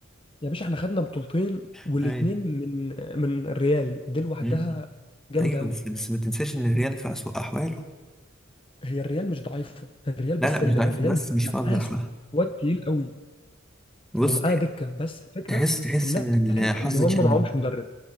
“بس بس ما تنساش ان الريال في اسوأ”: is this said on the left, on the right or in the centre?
Centre